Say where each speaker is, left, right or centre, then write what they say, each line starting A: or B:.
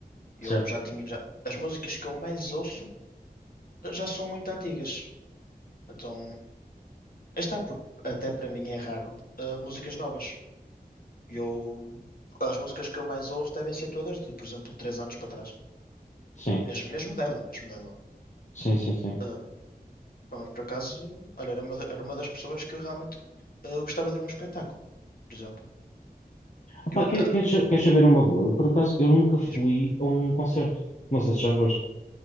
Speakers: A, on the left; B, on the left.
A: Eu
B: Certo.
A: já tinha, já- as músicas que eu mais ouço eh, já são muito antigas. Então, aí está, porque até para mim é raro, eh, músicas novas. Eu, as músicas que eu mais ouço devem ser todas de, por exemplo, três anos para trás.
B: sim,
A: Mesmo, mesmo dela, mesmo dela.
B: sim, sim, sim.
A: Eh, pá, mas por acaso, olha, era uma, da- era uma das pessoas que eu realmente eh, gostava de ir a um espetáculo, por exemplo.
B: Epá,
A: Eu, até-
B: quer- queres sa- queres saber uma boa? Eu, por acaso, eu nunca fui
A: diz-me,
B: a um concerto. Não sei se já foste.